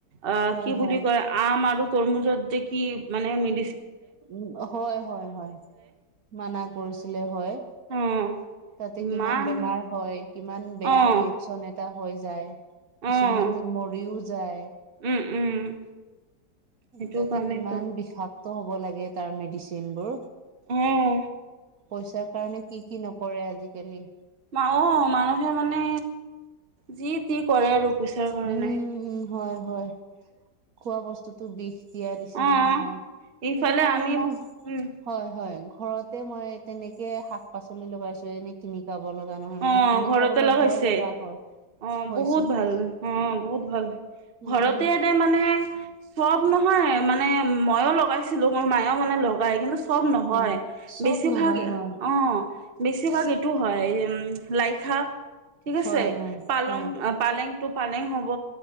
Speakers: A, on the right (about 35°); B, on the right (about 60°).
A: অ'কি
B: হয়
A: বুলি
B: হয়
A: কয় আম আৰু তৰমুজত যে কি মানে মে-
B: উম হয়, হয়, হয় মানা কৰিছিলে হয়
A: অঁ
B: তাতে
A: ইমান
B: কিমান বেমাৰ হয় কিমান ইমান বেয়া
A: অঁ
B: ৰিয়েকচন এটা হৈ যায় কিছুমান
A: অঁ
B: মৰিও যায়।
A: উম উম। সেইটো
B: তাতে
A: কাৰণেতো
B: কিমান বিষাক্ত হ'ব লাগে তাৰ মেডিচিন বোৰ।
A: অঁ
B: পইচাৰ কাৰণে কি কি নকৰে আজিকালি।
A: মা অ'মানুহে মানে যি তি কৰে আৰু পইচাৰ কাৰণে।
B: উম উম হয় হয়, খোৱা বস্তুতটো বিষ দিয়াৰ নিচিনা
A: অ
B: হয়
A: ইফালে
B: সেইটো কাৰণে
A: আমি
B: মই
A: উম
B: হয় হয়। ঘৰতে মই তেনেকে শাক-পাচলি লগাইছো এনে কিনি খাব লগা নহয়
A: অ
B: মানে কিনি
A: ঘৰতে
B: খাবলে
A: লগাইছে
B: ভয় লগা হয়
A: অ
B: হৈছে
A: বহুত ভাল অ, বহুত ভাল
B: উম
A: ঘৰতে এনে মানে চব নহয় মানে মইও লগাইছিলো মোৰ মায়েও মানে লগাই কিন্তু চব নহয়,
B: হয় চব
A: বেছিভাগ
B: নহয় হয়
A: অ'বেছিভাগ এইটো হয় লাই শাক ঠিক আছে
B: হয় হয়
A: পালং
B: হয়
A: পালেং টো পালেং হ'ব।